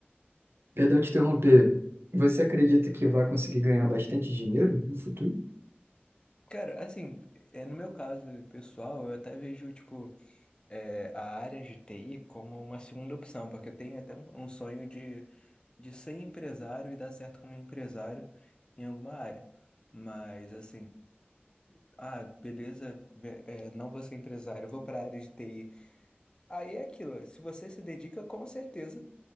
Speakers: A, on the right; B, on the left.
A: perdão te interromper, você acredita que vai conseguir ganhar bastante dinheiro no futuro?
B: Cara, assim, é, no meu caso pessoal, eu até vejo, tipo, é, a área de TI como uma segunda opção, porque eu tenho até um, um sonho de, de ser empresário e dar certo como empresário em alguma área. Mas, assim, ah, beleza, ve- é, não vou ser empresário, eu vou para a área de TI. Aí é aquilo, se você se dedica, com certeza